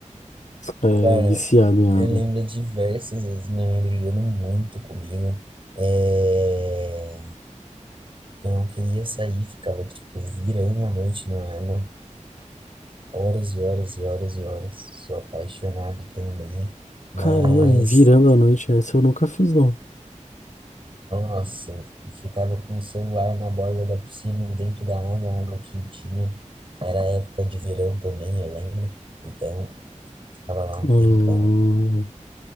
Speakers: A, on the left; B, on the right.
A: É,
B: Cara,
A: viciado em
B: eu
A: água.
B: lembro de diversas vezes minha mãe brigando muito comigo. É... Eu não queria sair, ficava, tipo, virando a noite na água, horas e horas e horas e horas. Sou apaixonado também, mas.
A: Caramba, e virando a noite, essa eu nunca fiz, não.
B: Nossa, eu ficava com o celular na borda da piscina, dentro da água, a água quentinha. Era época de verão também, eu lembro. Então, ficava lá um
A: Hum,
B: tempão.